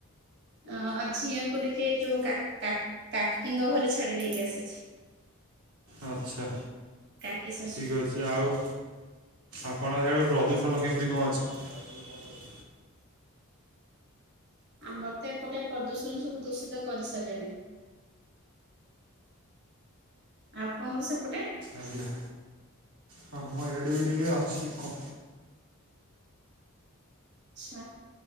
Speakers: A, on the right; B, on the right.
A: ଅ-ଅ-ଅ ଝିଅକୁ ଟିକେ ଯୋଉ କା କା କାକିଙ୍କ ଘରେ ଛାଡ଼ି ଦେଇକି ଆସିଛି।
B: ଆଚ୍ଛା
A: କାକି ଶାଶୁ।
B: ଠିକ ଅଛି ଆଉ ଆପଣ ସେପଟେ ପ୍ରଦୂଷଣ କେମିତି କଣ ଅଛି?
A: ଆମର ତ ଏପଟେ ପ୍ରଦୂଷଣ ସବୁ ଦୂଷିତ କରିସାରିଲେଣି। ଆପଣଙ୍କର ସେପଟେ?
B: ଆଜ୍ଞା ହଁ ମୁଁ ଏଆଡେ ବି ଟିକେ ଅଛି କ
A: ଆଚ୍ଛା।